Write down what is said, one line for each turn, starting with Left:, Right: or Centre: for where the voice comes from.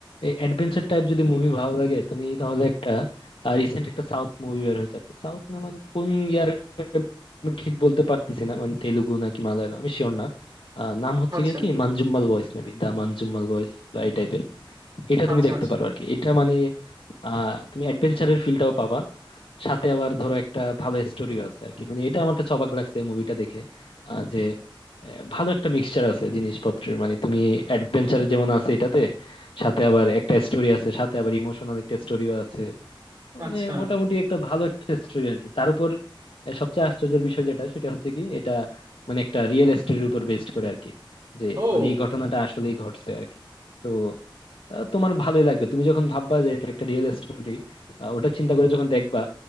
Left: অ্যাডভেঞ্চার টাইপ যদি মুভি ভালো লাগে তুমি তাহলে একটা রিসেন্ট একটা সাউথ মুভি বের হয়েছে আর কি সাউথ না মানে কোন ইয়ার আমি ঠিক বলতে পারতেছি না মানে তেলুগু নাকি মালায়ালাম আমি শিওর না আহ, নাম হচ্ছে
Right: আচ্ছা
Left: গিয়ে কি মানজুম্মাল বয়েস মেবি দা মানজুম্মাল বয়েস বা এই type এর এটা তুমি
Right: আচ্ছা
Left: দেখতে
Right: আচ্ছা
Left: পারো আর কি এটা মানে আহ তুমি অ্যাডভেঞ্চারের ফিলটাও পাবা সাথে আবার ধরো একটা ভালো স্টোরিও আছে আর কি মানে এটা আমার কাছে অবাক লাগছে এই মুভিটা দেখে আহ, যে আহ, ভালো একটা মিক্সচার আছে জিনিসপত্রের মানে তুমি অ্যাডভেঞ্চার যেমন আছে এটাতে সাথে আবার একটা স্টোরি আছে সাথে আবার ইমোশনাল একটা স্টোরিও আছে মানে
Right: আচ্ছা
Left: মোটামুটি একটা ভালো একটা স্টোরি আর কি তার উপর আহ, সবচেয়ে আশ্চর্যের বিষয় যেটা সেটা হচ্ছে কি এটা মানে একটা রিয়েল স্টোরির উপর বেস্ড করে আর কি যে
Right: ও
Left: মানে এই ঘটনাটা আসলেই ঘটছে আর কি তো আহ, তোমার ভালোই লাগবে তুমি যখন ভাববা যে এটা একটা রিয়েল স্টোরি ওটা চিন্তা করে যখন দেখবা